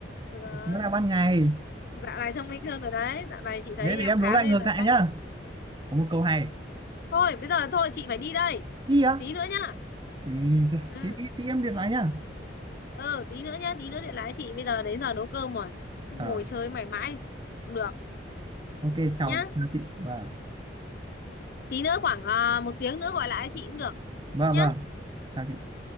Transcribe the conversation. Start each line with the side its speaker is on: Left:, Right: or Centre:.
Left: rồi.
Right: nó là ban ngày
Left: dạo này thông minh hơn rồi đấy dạo này chị thấy
Right: thế
Left: em
Right: để em
Left: khá
Right: đố lại
Left: lên
Right: ngược
Left: rồi
Right: lại
Left: đấy
Right: nhá có một câu hay
Left: thôi bây giờ thôi chị phải đi đây
Right: đi á
Left: tí nữa nhá
Right: ừ, thế
Left: ừ
Right: tí, tí em điện lại nhá
Left: ừ tí nữa nhá tí nữa điện lại chị bây giờ đến giờ nấu cơm rồi cứ
Right: ờ
Left: ngồi chơi mày mãi không được
Right: ok chào
Left: nhá
Right: chào chị vâng
Left: tí nữa khoảng à, một tiếng nữa gọi lại chị cũng được
Right: vâng
Left: nhá
Right: vâng chào chị